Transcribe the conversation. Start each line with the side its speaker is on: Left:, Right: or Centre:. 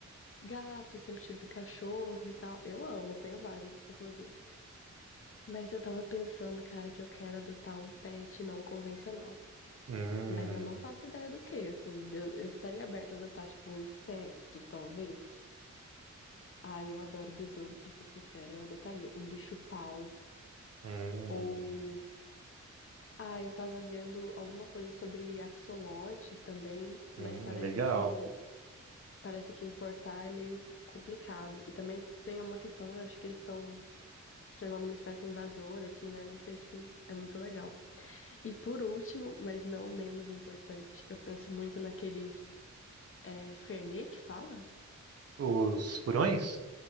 Left: gato, sempre tive cachorro e tal. Eu amo, tenho vários, inclusive. Mas eu tava pensando, cara, que eu quero adotar um pet não convencional.
Right: Hum,
Left: Mas eu não faço ideia do que, assim. Eu, eu estaria aberta a adotar, tipo, um inseto, talvez. Ai, eu adoro besouro, pra ser sincera. Eu adotaria um bicho-pau.
Right: hum,
Left: ou Ah, eu tava vendo alguma coisa sobre axolotes também, mas
Right: hum,
Left: parece
Right: legal.
Left: que parece que importar é meio complicado. E também tem uma questão, eu acho que eles estão se tornando uma espécie invasora aqui, né? Não sei se é muito legal. E por último, mas não menos importante, eu penso muito naqueles é, Fernet que fala?
Right: Os furões?